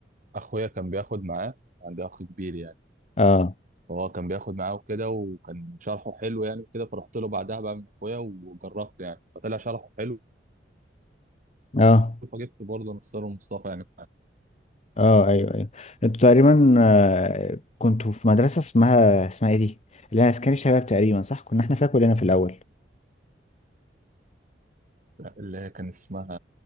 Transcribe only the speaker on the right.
اخويا كان بياخد معاه عندي اخ كبير يعني
فهو كان بياخد معاه وكده وكان شرحه حلو يعني كده فرحت له بعدها بقى من اخويا وجربت يعني فطلع شرحه حلو
فجبت برضه نصار ومصطفى يعني
اللي هي كان اسمها